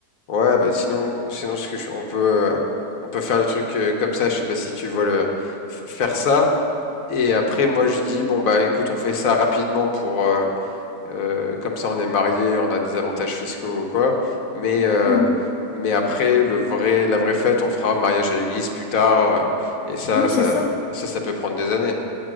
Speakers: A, on the left; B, on the left.
A: ouais, bah sinon sinon ce que je- on peut euh, on peut faire le truc euh, comme ça, je sais pas si tu vois le f- faire ça et après moi je dis bon bah écoute, on fait ça rapidement pour euh, Euh, comme ça, on est marié, on a des avantages fiscaux ou quoi. Mais, euh,
B: Mhm.
A: mais après, le vrai, la vraie fête, on fera mariage à l'église plus tard. euh, et ça,
B: Oui,
A: ça,
B: c'est ça.
A: et ça, ça peut prendre des années.